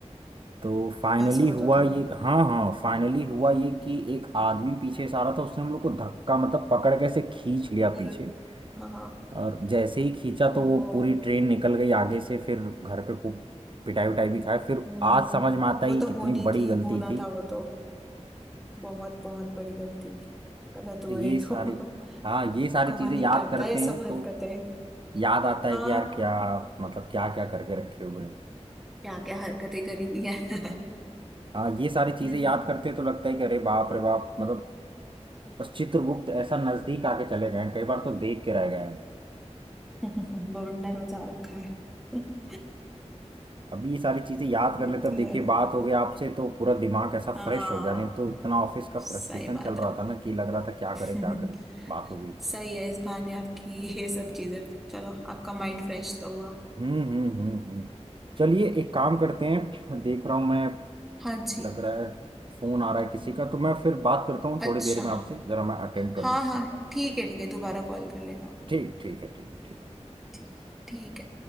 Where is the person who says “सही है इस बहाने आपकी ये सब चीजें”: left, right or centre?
Centre